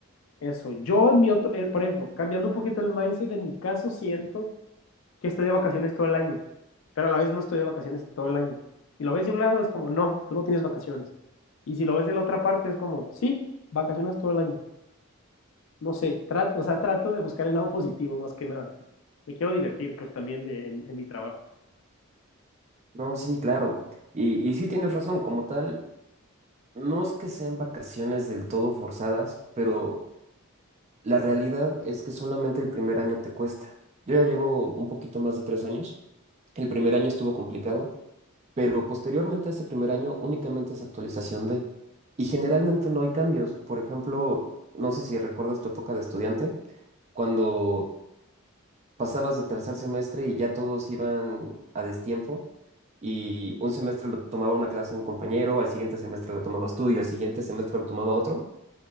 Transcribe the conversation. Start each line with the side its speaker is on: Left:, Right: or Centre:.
Left: eso. Yo en mi otro, eh, por ejemplo, cambiando un poquito el mindset, en mi caso siento que estoy de vacaciones todo el año, pero a la vez no estoy de vacaciones todo el año. Y lo ves de un lado es como, no, tú no tienes vacaciones. Y si lo ves de la otra parte es como, sí, vacaciones todo el año. No sé, tra- o sea, trato de buscar el lado positivo más que nada. Me quiero divertir pues también de- en en mi trabajo.
Right: No, sí, claro. Y, y sí tienes razón, como tal, no es que sean vacaciones del todo forzadas, pero la realidad es que solamente el primer año te cuesta. Yo ya llevo un poquito más de tres años. El primer año estuvo complicado pero posteriormente a ese primer año únicamente es actualización de. Y generalmente no hay cambios. Por ejemplo, no sé si recuerdas tu época de estudiante, cuando pasabas de tercer semestre y ya todos iban a destiempo y un semestre lo tomaba una clase un compañero, al siguiente semestre la tomabas tú y al siguiente semestre lo tomaba otro.